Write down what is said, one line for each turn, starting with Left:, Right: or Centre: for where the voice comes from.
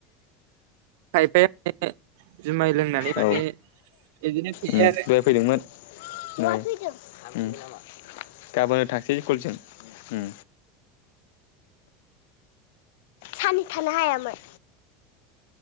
Right: खायफाया <unintelligible> लोंनानै माने
Left: औ
Right: बिदिनो फेयो
Left: बेराय
Right: आरो
Left: फैदोंमोन उम गाबोन थांसै स्कुलसिम सानै थानो हायामोन